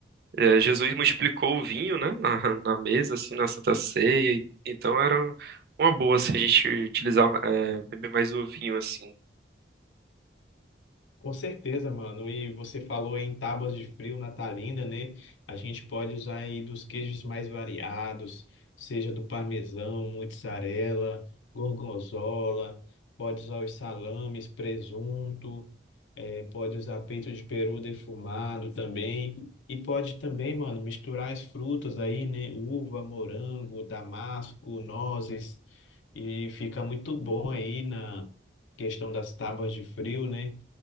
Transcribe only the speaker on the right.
é, Jesus multiplicou o vinho, né? Na, na mesa, assim, na Santa Ceia. e- Então era uma boa, assim, a gente utilizar, é, beber mais o vinho, assim.